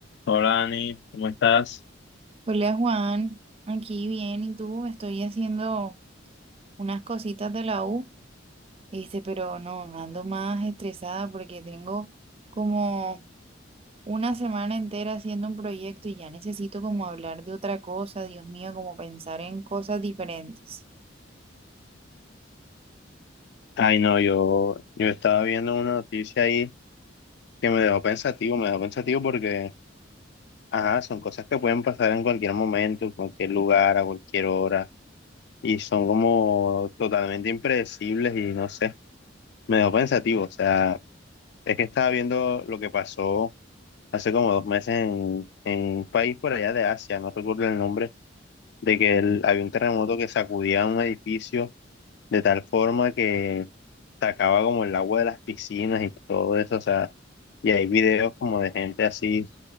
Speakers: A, on the left; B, on the right.
A: Hola Dani, ¿cómo estás?
B: Hola Juan, aquí bien, ¿y tú? Estoy haciendo unas cositas de la U, este, pero no, ando más estresada porque tengo como una semana entera haciendo un proyecto y ya necesito como hablar de otra cosa, Dios mío, como pensar en cosas diferentes.
A: Ay, no, yo, yo estaba viendo una noticia ahí que me dejó pensativo, me dejó pensativo porque, ajá, son cosas que pueden pasar en cualquier momento, en cualquier lugar, a cualquier hora, y son como totalmente impredecibles y no sé, me dejó pensativo, o sea, es que estaba viendo lo que pasó hace como dos meses en, en un país por allá de Asia, no recuerdo el nombre, de que el- había un terremoto que sacudía un edificio de tal forma que sacaba como el agua de las piscinas y todo eso, o sea, y hay videos como de gente así